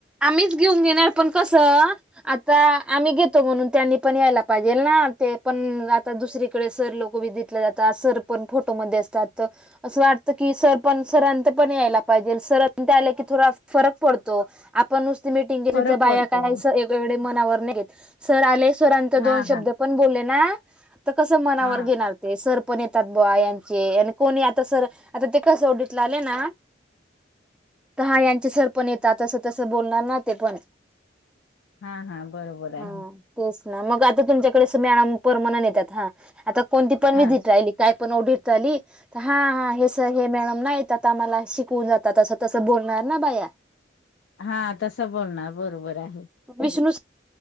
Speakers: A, in the centre; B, on the left (about 70°).
A: आम्हीच घेऊन घेणार पण कसं आता आम्ही घेतो म्हणून त्यांनी पण यायला पाहिजे ना ते पण आता दुसरीकडे सर लोक बी दिेतलं जात. सर पण फोटो <unintelligible> अस वाटत की सर पण सर पण यायला पाहिजे सर आ की थोड. फरक पडतो. आपण नुसती मिटिंग गेली
B: फरक
A: तर
B: पडतो
A: बाया काय सवढे मनावर नाही घेत. सर आले सरांचे
B: हा
A: दो शब्द
B: हा
A: पण बोलले ना कसं मनावर
B: हा
A: घेणार ते. पण येतात बायांचे आणि कोणी आता सर आता ते कसं ओडीतलं आले ना. तर हा यांचे सरपण येत तस तसं बोलणार ना ते पण.
B: हा हा बरोबर आहे
A: हा तेच म मग आता तुमच्याकडे मॅडम परमनंट येतात हा आता कोणती पण
B: हा
A: व्हीजीट राहिली काय पण ओडर त आली त हा हा हे सर हे मॅडम नाईत. आता मला शिकवून जातात तसं तसं बोलणार ना बाया
B: हा तस बोलणार बरोबर आहे.
A: विष्णु